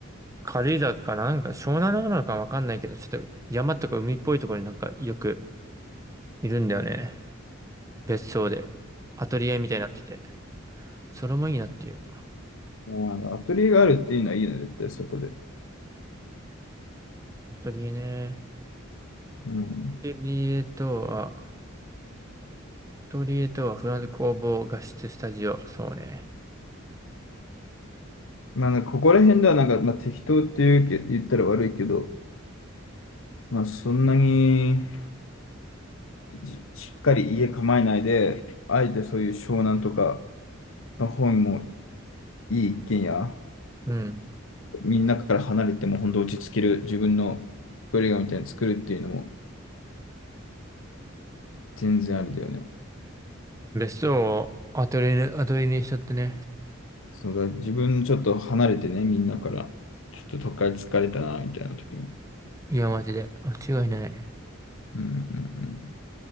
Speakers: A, on the right; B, on the left.
A: 軽井沢とかなんか湘南の方なのかわかんないけど、ちょっと山とか海っぽいところになんかよくいるんだよね。別荘で。アトリエみたいになってて。それもいいなっていう。
B: ん。まあアトリエがあるっていうのはいいね、絶対そこで。
A: アトリエね。
B: うん。
A: アトリエとは、アトリエとはフランス工房画質スタジオ。そうね。
B: まあ、なんかここら辺ではなんか、まあ、適当っていうけ、言ったら悪いけど、まあ、そんなにじしっかり家構えないで、あえてそういう湘南とかの方にもいい一軒家、
A: うん。
B: みんなから離れても本当落ち着ける自分の隠れ家みたいに作るっていうのも全然ありだよね。
A: 別荘をアトリエ、アトリエにしちゃってね。
B: そうだ、自分ちょっと離れてね、みんなから、ちょっと都会疲れたな、みたいな時に
A: いや、マジで。間違いない。
B: うん